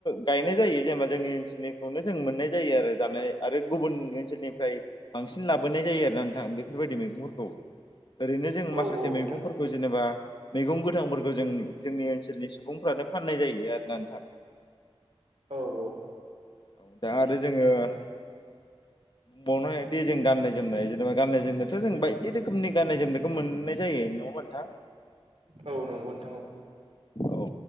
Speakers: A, on the left (about 50°); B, on the right (about 75°).
A: गायनाय जायो जेनेबा जोंनि ओनसोलनिखौनो जों मोननाय जायो आरो जानाय आरो गुबुन ओनसोलनिफ्राय बांसिन लाबोनाय जायो आरो नोंथां बेफोरबायदि फोरखौ ओरैनो जोंङ
B: औ
A: माखासे
B: औ नोंथां
A: मैगंफोरखौ जेनेबा मैगं गोथांफोरखौ जों जोंनि ओनसोलनि सुबुंफ्रानो फाननाय जायो आरो ना नोंथां।
B: औ औ
A: औ दा आरो जोङो बुंबावनो बिदि जों गाननाय जोमनाय जेनेबा गाननाय जोमनायाथ जों बायदि रोखोमनि गाननाय जोमनायखौ मोननाय जायो नाङा होनबा नोंथां।
B: औ नंगौ नोंथां औ
A: औ